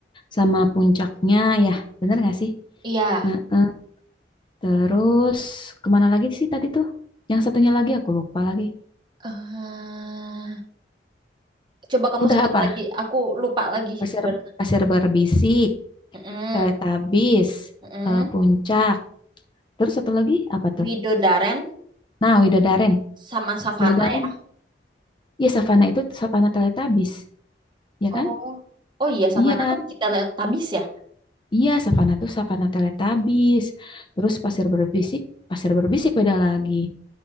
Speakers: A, on the left (about 25°); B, on the right (about 25°).
A: sama puncaknya ya, bener gak sih?
B: Iya.
A: Nah, eh, terus kemana lagi sih tadi tuh? Yang satunya lagi aku lupa lagi.
B: Eh, Coba kamu
A: Udah
B: sebut
A: apa?
B: lagi. Aku lupa lagi.
A: Pasir
B: Ber-
A: Pasir Berbisik,
B: Mm,
A: Teletubbies,
B: mm.
A: eh, puncak. Terus satu lagi apa tuh?
B: Widodaren
A: Nah, Widodaren.
B: sama Savana
A: Widodaren.
B: ya.
A: Iya, savana itu savana Teletubbies, ya
B: Oh,
A: kan?
B: oh iya Savana
A: Iya,
B: tuh kita lihat tabis ya.
A: Iya, savana tuh savana teletabis. Terus pasir berbisik, pasir berbisik beda lagi.